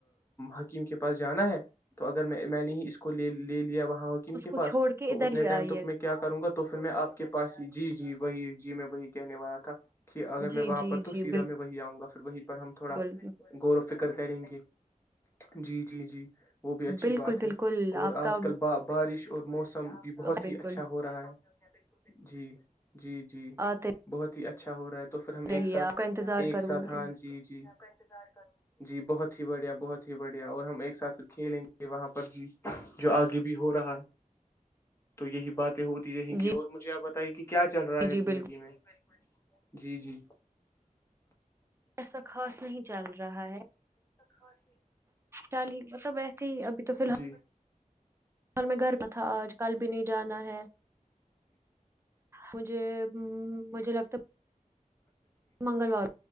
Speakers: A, on the left; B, on the right.
A: حکیم کے پاس جانا ہے تو اگر میں میں نے ہی اس کوے لے لیا وہاں حکیم
B: آپ اس
A: کے
B: کو
A: پس
B: چھوڑ کے
A: تو
B: ادھر
A: اتنے
B: ہی
A: ٹائم
B: آئیے
A: توک میں کیا کروں گا تو پھر میں آپ کے پاس ہی جی جی وہی جی میں وہی کہنے والا تھا کہ اگر
B: جی
A: میں وہاں
B: جی
A: پر تو
B: جی
A: سیدھا میں وہی آؤں گا پھر بائی پر ہم
B: بالکل
A: تھوڑا غور و فکر کریں گے جی جی جی وہ بھی اچھی
B: بالکل
A: بات
B: بالکل
A: ہے اور
B: آپ کا
A: آج کلا بارش اور موسم بھی بہت
B: بالکل
A: ہی اچھا ہو رہا ہے جی جی جی
B: آتے
A: بہت ہی اچھا اچھا ہوا ہے تو پھر ہم
B: رہیے
A: ایک ساتھ
B: آپ کا انتظار
A: ایک
B: کروں
A: ساتھ
B: گی
A: ہاں جی جی کاتظار کر جی بہت ہی بڑھیا بہت ہی بڑھیا اور ہم ایک ساتھ کھیلیں گے وہاں پر ج جو آگے بھی ہو رہا ہے تو یہی بات ہوتی رہیں
B: جی
A: گی اور مجھے آپ بتائی گے کہ کیا چل رہا ہے
B: جی
A: زندگی
B: بالکل
A: میں جی جی
B: ایسا خوص نہیں چل رہا ہے
A: خاش
B: چال متب جی ابھی تو فی الحالال
A: جی
B: میں گھر تھا آج کل بھی نہیں جانا ہے مجھے مجھے لگتا منگلوار